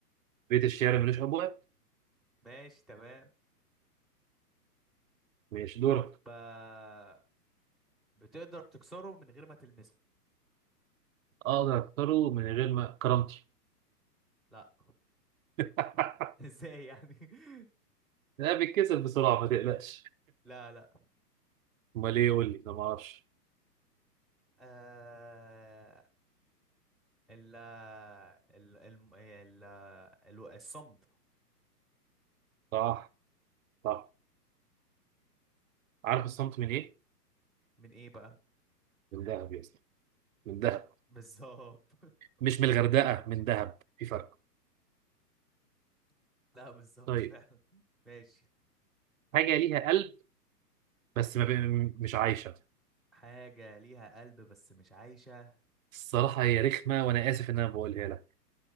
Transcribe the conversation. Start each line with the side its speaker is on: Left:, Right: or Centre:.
Right: بيت الشعر ملوش ابواب
Centre: ماشي تمام
Right: ماشي دورك
Centre: طب آه، بتقدر تكسره من غير ما تلمسه
Right: اقدر اكسره من غير ما كرامتي
Centre: لا
Right: <laughs>
Centre: <laughs> ازاي يعني <laughs>
Right: لا بيتكسر بسرعه ما تقلقش
Centre: لا لا
Right: امال ايه قول لي انا ما اعرفش
Centre: آه... ال ال الم- ال ال الصمد
Right: صح صح عارف الصمت من ايه
Centre: من ايه بقى
Right: من ذهب يا اسطى من ذهب
Centre: بالظبط
Right: مش من الغردقة من دهب في فرق
Centre: <laughs> لا بالظبط
Right: طيب
Centre: فعلا ماشي
Right: حاجة ليها قلب بس ما بي... مش عايشة
Centre: حاجة ليها قلب بس مش عايشة
Right: الصراحة هي رخمة وأنا آسف إن أنا بقولها لك